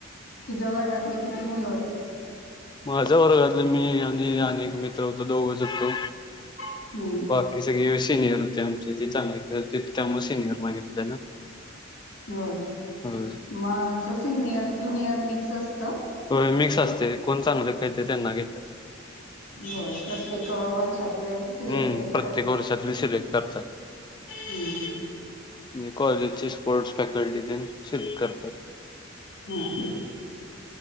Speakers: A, on the left (about 75°); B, on the left (about 20°).
A: तुझ्या वर्गातले किती मुलं होते?
B: माझ वर्गातले मी आणि अनेक मित्र ह दोघच हुतो
A: हम्म
B: बाकी सगळे सीनियर. जे आमच्या इथली चांगली खेळायचीत, त्यामुळं सिनियर मागितलंय ना.
A: होय
B: होय
A: म अस सीनियर ज्युनियर मिक्स अस
B: होय मिक्स असतय कोण चांगल खेळतय त्यांना घेत <inaudible>
A: होय प्रत्येक वर्षातले सिलेक्टेड
B: हम्म प्रत्येक
A: कर
B: वर्षातली सिलेक्ट करतात,
A: हम्म
B: म्हजे कॉलेजची स्पोर्ट्स फॅकल्टी तेन सिलेक्ट करतात.
A: हम्म